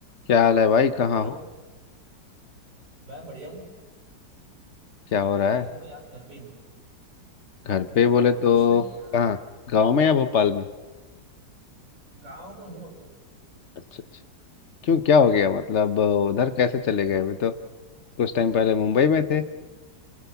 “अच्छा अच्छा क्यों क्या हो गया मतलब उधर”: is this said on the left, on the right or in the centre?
Left